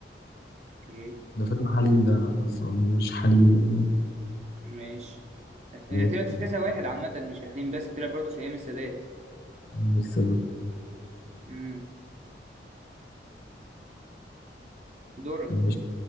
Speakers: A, on the right (about 40°); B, on the left (about 60°).
A: اوكي
B: ده فيلم حليم ده لأ بس مش حليم اللي في
A: ماشي آه،
B: دماغي.
A: طلعت في كذا واحد عامة مش في حليم بس طلع برضه في أيام السادات
B: بس
A: مم. دورك
B: ماشي